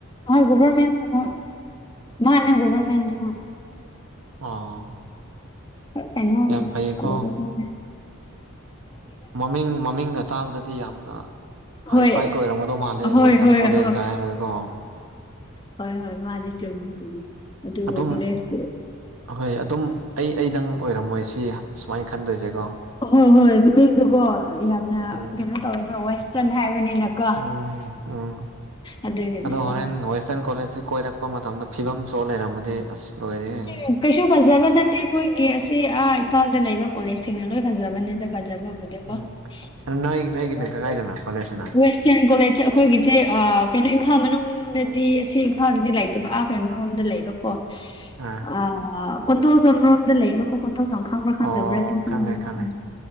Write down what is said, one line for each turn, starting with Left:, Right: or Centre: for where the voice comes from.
Left: ꯍꯣꯏ ꯒ‌ꯣꯚꯔꯃꯦꯟ ꯍꯣꯏ ꯃꯥꯟꯅ‌ꯦ ꯒꯣꯕꯔꯃ‌ꯦꯟꯅꯤ
Right: ꯑꯣ
Left: ꯀꯩꯅꯣ
Right: ꯌꯥꯝ ꯐꯩꯌꯦꯀꯣ
Left: ꯁꯀꯨꯜ <unintelligible>
Right: ꯃꯃꯤꯡ ꯃꯃꯤꯡꯒ ꯇꯥꯕꯗꯗꯤ ꯌꯥꯝꯅ ꯍꯥꯏ
Left: ꯍꯣꯏ
Right: ꯐꯥꯏꯒ ꯑꯣꯏꯔꯝꯒꯗꯧ ꯃꯥꯜꯂꯦ
Left: ꯍꯣꯏ
Right: ꯋꯦꯁꯇꯔꯟ
Left: ꯍꯣꯏ
Right: ꯀꯣꯂꯦꯖꯀ
Left: ꯍ
Right: ꯍꯥꯏꯕꯗꯀꯣ
Left: ꯍꯣꯏ ꯍꯣꯏ ꯃꯥꯅꯤ ꯆꯨꯝꯃꯤ ꯆꯨꯝꯃꯤ ꯑꯗꯨꯕꯨ
Right: ꯑꯗꯨꯝ
Left: ꯗ꯭ꯔ‌ꯦꯁꯇꯤ
Right: ꯍꯣꯏ ꯑꯗꯨꯝ ꯑꯩ ꯑꯩꯗꯪ ꯑꯣꯏꯔꯝꯃꯣꯏ ꯁꯤ ꯁꯨꯃꯥꯏꯅ ꯈꯟꯗꯣꯏꯁꯦꯀꯣ
Left: ꯑ ꯍꯣꯏ ꯍꯣꯏ ꯃꯃꯤꯡꯗꯨꯀꯣ ꯌꯥꯝꯅ
Right: ꯎꯝ
Left: ꯀꯩꯅꯣ ꯇꯧꯋꯦꯕ ꯋꯦꯁꯇꯔꯟ ꯍꯥꯏ ꯍꯥꯏꯕꯅꯤꯅꯀꯣ
Right: ꯎꯝ ꯎꯝ
Left: ꯑꯗꯨꯒꯤꯅꯦ
Right: ꯑꯗꯣ
Left: ꯍꯣꯏ
Right: ꯍꯣꯔꯦꯟ ꯋꯦꯁꯇꯔꯟ ꯀꯣꯂꯦꯖꯁꯦ ꯀꯣꯏꯔꯛꯄ ꯃꯇꯝꯗ ꯐꯤꯕꯝ ꯁꯣꯛ ꯂꯩꯔꯝꯃꯗꯤ ꯑꯁ ꯂꯣꯏꯔꯦꯍꯦ
Left: ꯎꯝ ꯀꯩꯁꯨ ꯐꯖꯕ ꯅꯠꯇꯦ ꯃꯣꯏꯒꯤ ꯑꯁꯤ ꯑꯥ ꯏꯝꯐꯥꯜꯗ ꯂꯩꯕ ꯀꯣꯂꯦꯖꯁꯤꯡꯅ ꯂꯣꯏ ꯐꯖꯕꯅꯦꯗ ꯐꯖꯕꯕꯨꯗꯤ
Right: ꯎꯝ
Left: ꯀꯣ <unintelligible>
Right: ꯅꯣꯏ ꯅꯣꯏꯒꯤꯅ ꯀꯗꯥꯏꯗꯅꯣ ꯀꯣꯂꯦꯖꯁꯤꯅ
Left: ꯋꯦꯁꯇꯔꯟ ꯀꯣꯂꯦꯖꯁꯦ ꯑꯩꯈꯣꯏꯒꯤꯁꯦ ꯀꯩꯅꯣ ꯏꯝꯐꯥꯜ ꯃꯅꯨꯡꯗꯗꯤ ꯑꯁꯤ ꯏꯝꯐꯥꯜꯗꯗꯤ ꯂꯩꯇꯕ ꯑꯥ ꯀꯩꯅꯣꯔꯣꯝꯗ ꯂꯩꯕꯀꯣ
Right: ꯑꯥ
Left: ꯑ ꯀꯣꯟꯊꯧꯖꯝ ꯔꯣꯝꯗ ꯂꯩꯕꯀꯣ ꯀꯣꯟꯊꯧꯖꯝ ꯈꯪꯕ꯭ꯔꯥ ꯈꯪꯗꯕ꯭ꯔꯥ
Right: ꯑꯣ
Left: <unintelligible>
Right: ꯈꯪꯉꯦ ꯈꯪꯉꯦ